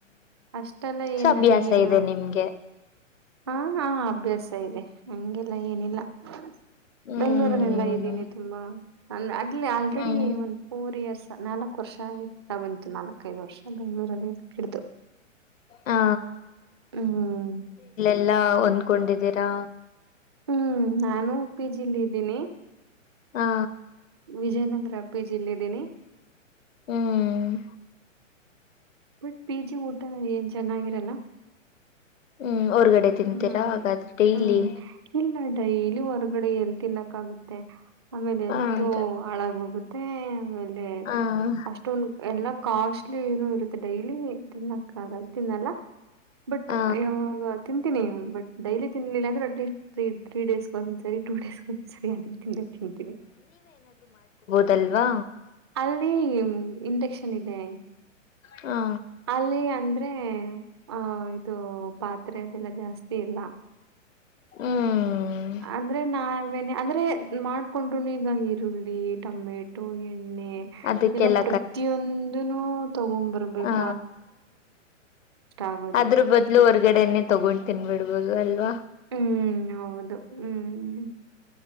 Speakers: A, on the right; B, on the left.
A: ಅಷ್ಟೆಲ್ಲ
B: ಸೊ
A: ಏನ್
B: ಅಭ್ಯಾಸ
A: ನನಗೇನು
B: ಇದೆ ನಿಮಗೆ. <unintelligible>
A: ಹಾ ಹಾ ಅಭ್ಯಾಸ ಇದೆ ಹಗೆಲ್ಲ ಏನಿಲ್ಲ? <unintelligible>
B: ಹ್ಮ್
A: ಬೆಂಗ್ಳೂರಲ್ಲೆಲ್ಲಾ ಇದ್ದೀನಿ ತುಂಬಾ ಅಂದ ಅಗ್ಲೆ ಆಲ್ರೆಡಿ
B: ಹ್ಮ್
A: ಒಂದ್ ಫೋರ್ ಇಯರ್ಸ್ ನಾಲ್ಕಕ್ ವರ್ಷ ಆಯ್ತ ಬಂತು ನಾಲ್ಕದ್ ವರ್ಷ ಬೆಂಗ್ಳೂರಲ್ಲಿ ಕೆಡ್ತು
B: ಹ
A: ಹ್ಮ್
B: ಎಲ್ಲಾ ಒಂದ್ಕೊಂಡಿದೀರಾ
A: ಹ್ಮ್ ನಾನು ಪಿ ಜಿಲ್ ಇದ್ದೀನಿ
B: ಹಾ
A: ವಿಜಯನಗರ ಪಿ ಜಿಲ್ಲೆದೀನಿ
B: ಹ್ಮ್
A: ಬಟ್ ಪಿ ಜಿ ಊಟ ಏನ್ ಚೆನ್ನಾಗಿರಲ್ಲ? <unintelligible>
B: ಹ್ಮ್ ಹೊರ್ಗಡೆ ತಿಂತೀರಾ
A: ಹ್ಮ್
B: ಹಾಗಾದ್ರೆ ಡೈಲಿ
A: ಹ್ಮ್ ಇಲ್ಲ ಡೈಲಿ ವರ್ಗ ಹೊಗಡೆ ಎಲ್ ತಿನ್ನಕ ಆಗುತ್ತೆ ಆಮೇಲೆ ಎಲ್ತು
B: ಹೌದು
A: ಹಳಗ್ ಹೋಗುತ್ತೆ ಆಮೇಲ್
B: ಹ
A: ಅಷ್ಟೊಂದ ಎಲ್ಲ ಕಾಸ್ಟ್ಲಿ ಇರುತ್ತ ಡೈಲಿ ತಿನ್ನಕಾಗಲ್ಲ ತಿನ್ನಲ್ಲ ಬಟ್
B: ಹ
A: ಯಾವಾಗ ತಿ ತಿನಿ ಬಟ್ ಡೈಲಿ ತಿನ್ಲಿಲ್ಲ ಅಂದ್ರೆ ಅಟ್ಲೀಸ್ಟ್ ತ್ರೀ ಡೇಸ್ಗೆ ಒಂದ್ಸರಿ ಟೂ ಡೇಸ್ಗೆ ಒಂದ್ಸರಿ ಅದೇ ತಿಂಡಿ ತಿಂತೀನಿ
B: ದಲ್ವಾ
A: ಅಲ್ಲಿ ಇಂಡಕ್ಷನ್ ಇದೆ
B: ಹ
A: ಅಲ್ಲಿ ಅಂದ್ರೆ ಹಾ ಇದು ಪಾತ್ರೆ ಅದೆಲ್ಲ ಜಾಸ್ತಿ ಇಲ್ಲ
B: ಹ್ಮ್
A: ಅಂದ್ರೆ ನಾವೆನೆ ಅಂದ್ರೆ ಮಾಡ್ಕೊಂಡರು ಈಗ ಈರುಳ್ಳಿ ಟೊಮೆಟೊ ಎಣ ಎಣ್ಣೆ
B: ಅದಕ್ಕೆಲ್ಲ
A: ಎಲ್ಲ ಪ್ರತಿಯೊಂದೂ ತಗೊಂಡ್ ಬರ್ಬೇಕ್
B: ಹಾ
A: ಆಗೋದು.
B: ಅದ್ರ ಬದ್ಲು ಹೊರ್ಗಡನ್ನೇ ತಗೊಂಡ್ ತಿನ್ಬಿಡ್ಬೋದು ಅಲ್ವಾ
A: ಹ್ಮ್ ಹೌದು ಹ್ಮ್